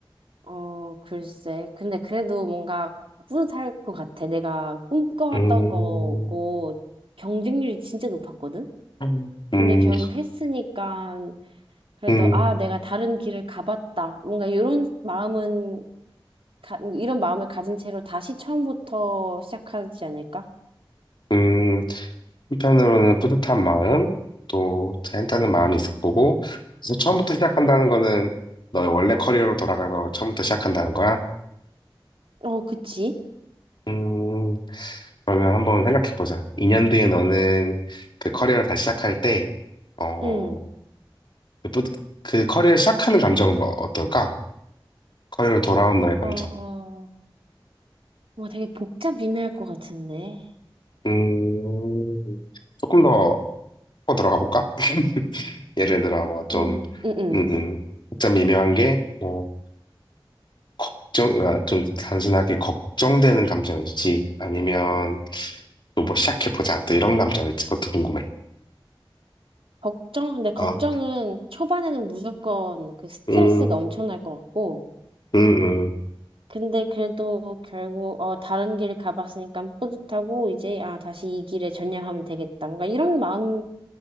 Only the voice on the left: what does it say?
음,
음,
음,
음,
음. 한편으로는 뿌듯한 마음, 또 자연다는 마음이 있을 거고. 그래서 처음부터 시작한다는 거는 너의 원래 커리어로 돌아가서 처음부터 시작한다는 거야.
음, 그러면 한번 생각해 보자. 2년 뒤에 너는 그 커리어를 다시 시작할 때, 어,
그 뿌듯- 그 커리어를 시작하는 감정은 뭐 어떨까? 커리어로 돌아온 너의
감정.
음, 조금 더 파고 들어가 볼까? <laughs> 예를 들어, 뭐, 좀,
음, 음, 좀 미묘한 게, 뭐, 걱정, 아, 좀 단순하게 걱정되는 감정이지. 아니면, 또 뭐, 시작해보자. 또 이런 감정일지. 그것도 궁금해.
어,
음,
음,